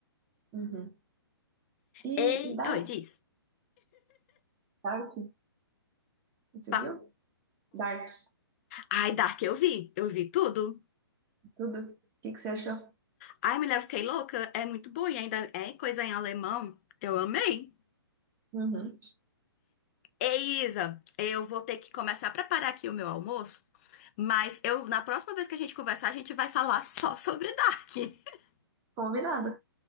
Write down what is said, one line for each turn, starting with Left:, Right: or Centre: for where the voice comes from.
Right: Uhum. E,
Left: Ei,
Right: e Dark,
Left: oi, diz.
Right: Dark, você
Left: Pa-
Right: viu? Dark,
Left: Ai, Dark, eu vi. Eu vi tudo.
Right: tudo. O que que você achou?
Left: Ai, mulher, eu fiquei louca. É muito bom, e ainda é coisa em alemão. Eu amei.
Right: Uhum.
Left: Ei, Isa, eu vou ter que começar a preparar aqui o meu almoço. Mas eu, na próxima vez que a gente conversar, a gente vai falar só sobre Dark. <laughs>
Right: Combinado.